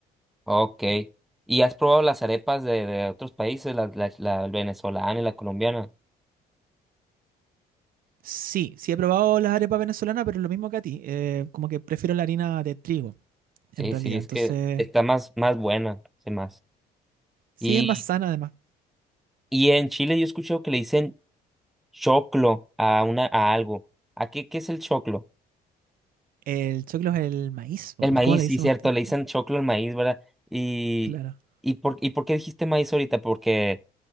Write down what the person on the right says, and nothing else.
Sí, sí he probado las arepas venezolanas, pero es lo mismo que a ti. eh, como que prefiero la harina de trigo.
en realidad.
Entonces,
sí
es más sana además.
El choclo es el maíz, po.
¿cómo le
dicen
ustedes?
Claro.